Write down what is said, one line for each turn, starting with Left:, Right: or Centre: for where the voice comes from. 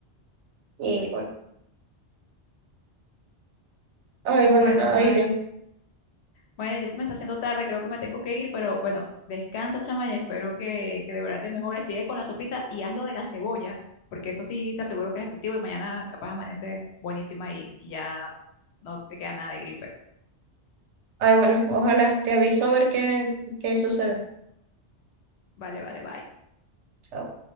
Right: Y bueno, ay, bueno,
Left: Bueno,
Right: nada,
Left: Mae.
Right: iré.
Left: Bueno, ya se me está haciendo tarde, creo que me tengo que ir, pero bueno, descansa, chama, y espero que, que de verdad te mejores. Sigue con la sopita y haz lo de la cebolla, porque eso sí te aseguro que es efectivo y mañana capaz amaneces buenísima y y ya no te queda nada de gripe.
Right: Ay, bueno, ojalá te aviso a ver qué, qué sucede.
Left: Vale, vale, bye.
Right: Chao.